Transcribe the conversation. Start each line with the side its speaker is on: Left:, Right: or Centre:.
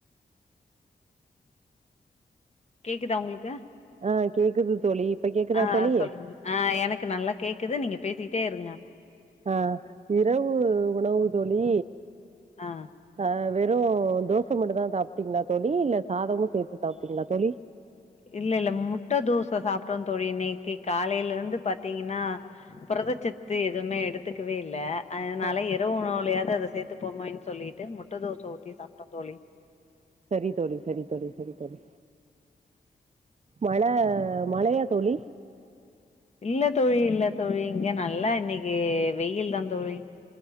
Left: கேக்குதா உங்ளுக்கு
Right: ஆ கேக்குது தோழி இப்ப கேக்குதா
Left: ஆஹ
Right: தோழி
Left: சொல் ஆஹ எனக்கு நல்லா கேக்குது நீங்க ப் பேசிட்டே இருங்க
Right: ஆ இரவு உணவு தோழி
Left: ஆ
Right: அஹ வெப் வெறும் தோச மட்டும் தா சாப்ட்டீங்ளா தோழி இல்ல சாதமும் சேத்து சாப்ட்டீங்ளா தோழி.
Left: இல்லல்ல முட்ட தோச சாப்டோம் தோழி இன்னைக்கு காலையல இருந்து பாத்தீங்கன்னா புரதச்சத்து எதுமே எடுத்துக்கவே இல்ல அதனால
Right: ஆ
Left: இரவு உணவலையாது அத ச சேத்து போமேன் சொல்லிட்டு முட்ட தோச ஊத்தி சாப்ட்டோம் தோழி.
Right: சரி தோழி சரி தோழி சரி தோழி மழ மழயா தோழி.
Left: இல்ல தோழி இல்ல தோழி இங்க நல்லா இன்னிக்கு வெயில் தா தோழி.